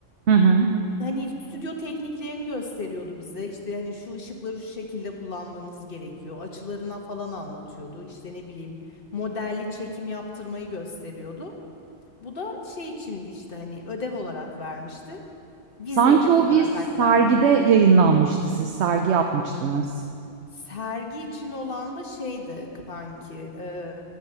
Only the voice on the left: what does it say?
hani stüdyo tekniklerini gösteriyordu bize. İşte hani şu ışıkları şu şekilde kullanmanız gerekiyor. Açılarına falan anlatıyordu. İşte ne bileyim modelli çekim yaptırmayı gösteriyordu. Bu da şey içindi işte hani ödev olarak vermişti. Vize
olarak
hatta.
Sergi için olan da şeydi kanki. e,